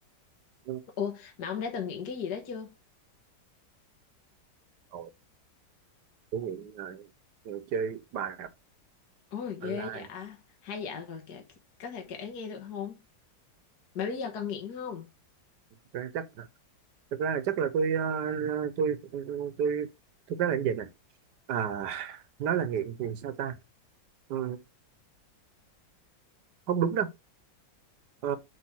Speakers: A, on the right (about 70°); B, on the left (about 65°).
A: không.
B: Ủa mà ông đã từng nghiện cái gì đó chưa?
A: Ôi, tôi nghiện ờ, ờ, chơi bài
B: Ôi ghê
A: online
B: vậy à. Hay dạ rồi kể, có thể kể nghe được không? Mà bây giờ còn nghiện không?
A: Thực ra chắc là- thực ra là chắc là tôi ờ, tôi tôi, tôi thực ra là như vậy nè à, nói là nghiện thì sao ta Ừ, không đúng đâu Ờ,